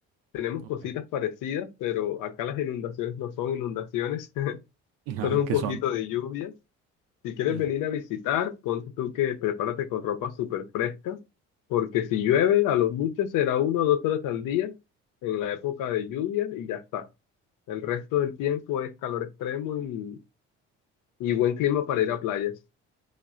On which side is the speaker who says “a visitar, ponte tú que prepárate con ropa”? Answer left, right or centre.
Left